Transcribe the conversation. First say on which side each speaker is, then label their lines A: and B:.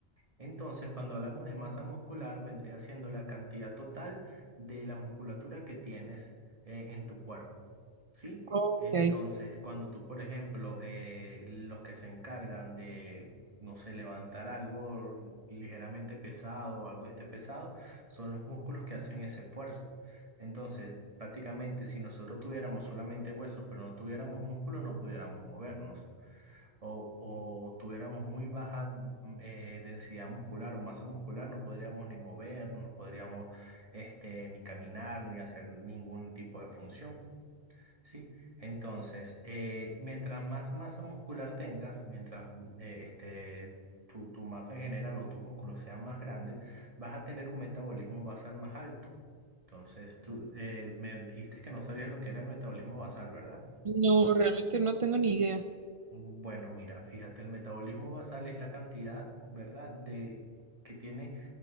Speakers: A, on the right; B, on the right.
A: Entonces, cuando hablamos de masa muscular, vendría siendo la cantidad total de la musculatura que tienes eh, en tu cuerpo, ¿sí?
B: Ok.
A: Entonces, cuando tú, por ejemplo, eh, los que se encargan de, no sé, levantar algo ligeramente pesado o algo esté pesado, son los músculos que hacen ese esfuerzo. Entonces, prácticamente, si nosotros tuviéramos solamente huesos, pero no tuviéramos músculo, no pudiéramos movernos o, o tuviéramos muy baja mm, eh, densidad muscular o masa muscular, no podríamos ni movernos, no podríamos este, ni caminar, ni hacer ningún tipo de función, ¿sí? Entonces, eh, mientras más masa muscular tengas, mientras eh, este, tu, tu masa en general o tus músculos sean más grandes, vas a tener un metabolismo basal más alto. Entonces, tú eh, me dijiste que no sabías lo que era el metabolismo basal, ¿verdad?
B: No, realmente no tengo ni idea.
A: Bueno, mira, fíjate, el metabolismo basal es la cantidad, ¿verdad?, de que tiene